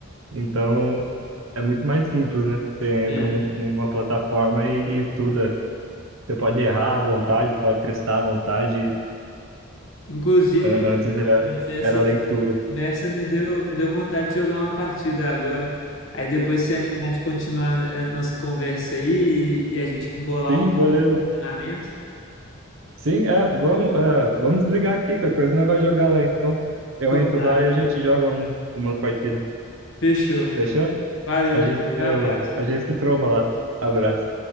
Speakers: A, on the right; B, on the left.
A: Então, é muito mais simples, né? Você entra
B: É.
A: num- numa plataforma e, e estuda. Você pode errar à vontade, pode testar à vontade.
B: Inclusive,
A: An- Antes era,
B: Jeff, essa
A: era leitura.
B: Conversa me deu, me deu vontade de jogar uma partida agora. Aí depois se animar de continuar a nossa conversa aí e, e a gente bolar
A: Sim,
B: um
A: beleza.
B: treinamento.
A: Sim, é, vamos, é, vamos desligar aqui, qualquer coisa não vai jogar lá, então. Eu
B: Combinado.
A: entro lá e a gente joga um, umas partidas.
B: Fechou.
A: Fechou?
B: Valeu,
A: A gente,
B: Diego. Foi
A: eu, a gente se tromba lá. Abraço.